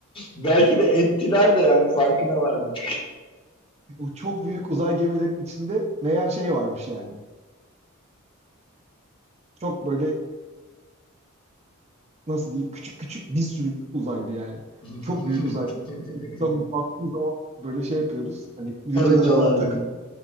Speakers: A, on the left; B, on the right.
A: Belki de ettiler de yani farkına varmadık.
B: O çok büyük uzay gemilerinin içinde meğer şey varmış yani. Çok böyle nasıl diyeyim küçük küçük bir sürü uzaylı yani.
A: <laughs>
B: Çok büyük uzaylı. Biz Buradan baktığımız zaman böyle şey yapıyoruz. Hani videolara
A: Karıncalar
B: falan takıp
A: gibi.